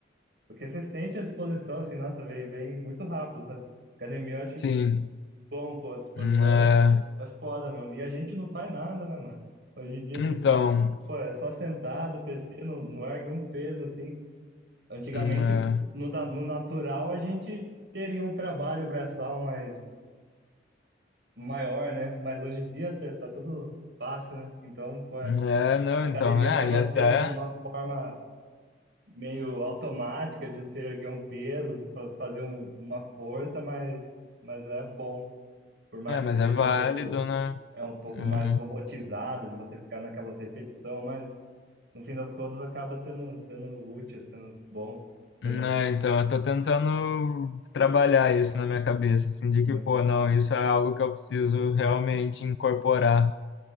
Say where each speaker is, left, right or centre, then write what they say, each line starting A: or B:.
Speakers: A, on the right; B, on the left.
A: porque você sente a disposição, assim, nossa, vem, vem muito rápido, sabe? Academia eu acho
B: sim.
A: bom, pô, a disposição
B: Ah,
A: é, é foda mesmo. E a gente não faz nada, né, mano? Hoje em dia,
B: então,
A: tipo, pô, é só sentado, PC, não, não ergue um peso, assim. Antigamente,
B: ah,
A: no, da- no natural, a gente teria um trabalho braçal mais maior, né? Mas hoje em dia tá, tá tudo fácil, né? Então, pô, a
B: é, hum, é, não,
A: academia
B: então, é,
A: acaba
B: e até,
A: sendo uma forma meio automática de você erguer um peso, de fa- fazer um- uma força, mas, mas é bom. Por mais
B: é,
A: que
B: mas
A: seja
B: é válido,
A: um pouco
B: né?
A: é um pouco
B: Hum.
A: mais robotizado, de você ficar naquelas repetição, mas no fim das contas acaba sendo, sendo útil, sendo bom, sendo,
B: Não, então, eu tô tentando trabalhar isso na minha cabeça, assim, de
A: né?
B: que, pô, não, isso é algo que eu preciso realmente incorporar